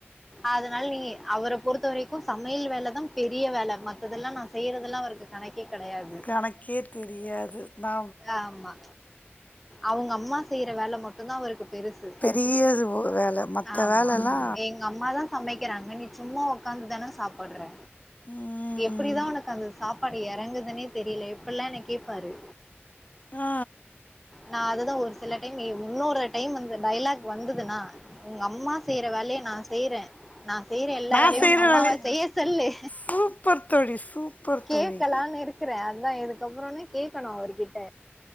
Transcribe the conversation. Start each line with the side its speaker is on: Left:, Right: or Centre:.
Centre: அதனால நீ அவர பொறுத்த வரைக்கு சமையல் வேலதா பெரிய வேல மத்ததெல்லா நா செய்றதெல்லா அவருக்கு கணக்கே கிடையாது.
Left: கணக்கே தெரியாது நா
Centre: ஆமா அவுங்க அம்மா செய்ற வேல மட்டு தா அவருக்கு பெருசுது
Left: பெரிய வேல மத்த
Centre: ஆமா
Left: வேலல்லா
Centre: எங்க அம்ம தா சமைக்றாங்க நீ சும்மா உக்காந்து தானே சாப்ட்ற
Left: ம்
Centre: எப்டிதா உனக்கு அந்த சாப்பாடு எறங்குதுன்னே தெரில இப்ட்ல்லா என்ன கேப்பாரு
Left: ஆ
Centre: நா அதுதா ஒரு சில டைம் இன்னொரு டைம் வந்த டைலக் வந்துதுன்னா உங்க அம்மா செய்ற வேலய நா செய்றே நா செய்றே எல்லா
Left: நா
Centre: வேலையு
Left: செய்ற
Centre: உங்க அம்மாவ
Left: வேலய
Centre: செய்ய சொல்லு
Left: சூப்பர் தோழி சூப்பர்
Centre: கேக்கலானு
Left: தோழி
Centre: இருக்கற அததா இதுக்கப்றனே கே கேக்கனு அவருக் கிட்ட